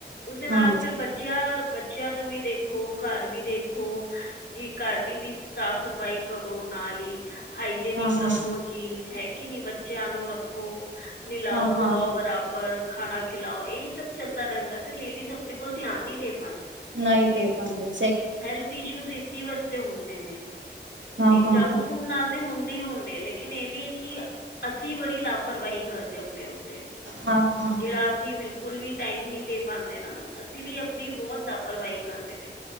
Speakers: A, on the left; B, on the right.
A: ਉਸਦੇ ਨਾਲ
B: ਹਾਂ
A: ਫਿਰ ਬੱਚਿਆਂ ਬੱਚਿਆਂ ਨੂੰ ਵੀ ਦੇਖੋ, ਘਰ ਵੀ ਦੇਖੋ ਜੀ, ਘਰ ਦੀ ਵੀ ਸਾਫ਼ ਸਫ਼ਾਈ ਕਰੋ। ਨਾਲ ਹੀ ਹਾਈਜੇਨਿਕ
B: ਹਾਂ ਹਾਂ
A: ਰੱਖੋ
B: ਹਾਂ
A: ਜੀ, ਹੈ ਕਿ ਨੀ ਬੇ ਬੱਚੇਆਂ ਨੂੰ ਰੱਖੋ, ਨਿਲਾਓ
B: ਹਾਂ ਹਾਂ
A: ਤੁਲਾਓ
B: ਹਾਂ
A: ਬਰਾਬਰ, ਖਾਣਾ ਖਿਲਾਓ ਇਹ ਸਭ ਚੱਲਦਾ ਰਹਿੰਦਾ ਤੇ ਲੇਡੀਜ਼ ਆਪਣੇ ਕੋਲ ਧਿਆਨ ਨਹੀਂ ਦੇ ਪਾਉਂਦੀ।
B: ਨਾ ਹੀ ਦੇ ਪਾਂਦੇ
A: ਹੈਲਥ ਇਸ਼ੂਜ਼ ਇਸ ਵਾਸਤੇ ਹੁੰਦੇ ਨੇ,
B: ਹਾਂ
A: ਇੱਕ
B: ਹਾਂ
A: ਜੰਕ
B: ਹਾਂ
A: ਫੂਡ ਨਾਲ ਤੇ ਹੁੰ ਕੇ ਹੁੰਦੇ, ਲੇਕਿਨ ਇਹ ਵੀ ਕਿ ਅਸੀਂ ਬੜੀ ਲਾਪ ਲਾਪਰਵਾਹੀ ਕਰਦੇ ਆਪਣੇ ਉੱਤੇ,
B: ਹਾਂ ਹਾਂ
A: ਜਿਹੜਾ
B: ਹਾਂ
A: ਅਸੀਂ ਬਿਲਕੁਲ ਵੀ ਟਾਈਮ ਨੀ ਦੇ ਪਾਉਂਦੇ ਨਾ, ਅਸੀਂ ਵੀ ਆਪਣੀ ਬਹੁਤ ਲਾਪਰਵਾਹੀ ਕਰਦੇ ਨੇ,